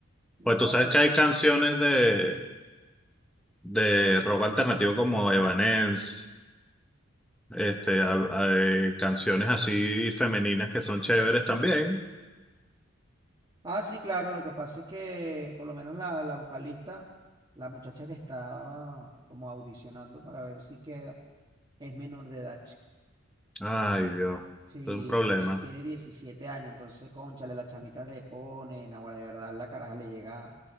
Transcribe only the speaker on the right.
No,
pues.
Ah, sí, claro, lo que pasa es que por lo menos la, la vocalista, la muchacha que está como audicionando para ver si queda, es menor de edad.
Sí,
entonces tiene 17 años, entonces, cónchale, la chamita le ponen, ahora de verdad la caraja le llega